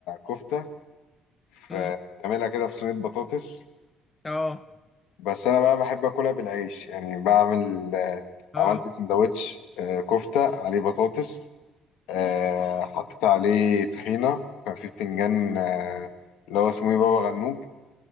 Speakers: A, on the left; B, on the left.
A: كفتة في
B: امم
A: بتعملها كده في صينية بطاطس
B: اه
A: بس أنا بقى بحب آكلها بالعيش يعني بعمل آه،
B: اه
A: عملت سندوتش آه، كفتة عليه بطاطس آه، حطيت عليه طحينة وكان فيه بتنجان آه، اللي هو اسمه إيه بابا غنوج